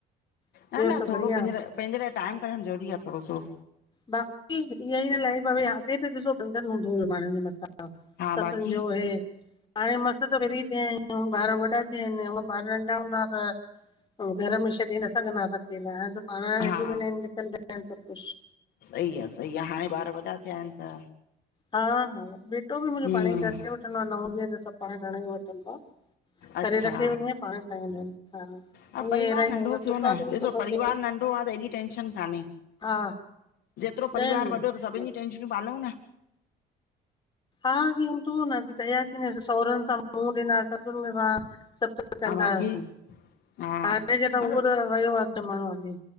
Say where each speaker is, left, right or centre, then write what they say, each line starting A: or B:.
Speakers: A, on the left; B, on the left.
A: ॿियो
B: न न
A: सभु
B: थोड़ो
A: बढ़िया
B: पंहिंजे लाए, पंहिंजे लाए टाइम कढणु ज़रूरी आ थोड़ो सो
A: बाक़ी ईअंई त लाइफ भई अॻे याद ती अचे ॾिसो बंधन हूंदो हुयो माण्हुनि जे मथां।
B: हा
A: ससुनि
B: बाक़ी
A: जो हे। हाणें मस् त फ्री थिया आहियूं, ॿार वॾा थिया हिनि हुअं ॿार नंढा हूंदा हा त घर में छॾे न सघंदा हास अकेला, हाणे त पाण हली
B: हा
A: बि वेंदा हिन कंदा हिन सब् कुछ।
B: सही आ सही आ हाणे ॿार वॾा थिया हिनि त
A: हा हा बेटो बि मुंजो
B: हम्म
A: पांणई करे वठंदो आ न हुंदी आहियां त सभु पाण खण ई वठंदो आ
B: अच्छा
A: करे रखी वेंदी आहिया, पांण खणंदा इनि हा। ईअं
B: हा परिवार
A: अहिड़ा
B: नंढो
A: ई
B: थियो
A: दुकान
B: न,
A: ते
B: ॾिसो परिवार नंढो आ त एॾी टेंशन कान्हे।
A: हा
B: जेतिरो परिवार
A: न न
B: वॾो त सभिन जी टेंशनयूं पालऊ न।
A: हा अॻे हुंदो हो न अॻे कयासी ॾिसु सहुरनि सां मुंहुं ॾिना ससुन सां सभ् कंदा
B: हा बाक़ी
A: हासीं,
B: हा
A: हाणे जे त
B: मतिलब
A: उहो त वयो आ ज़मानो हली।